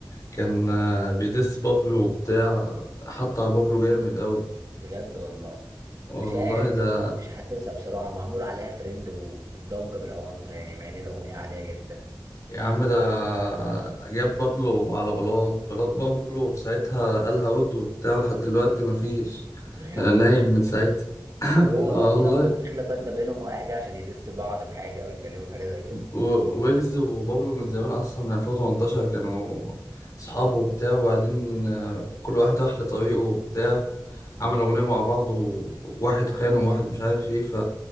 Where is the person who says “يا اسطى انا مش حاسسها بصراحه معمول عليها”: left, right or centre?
Right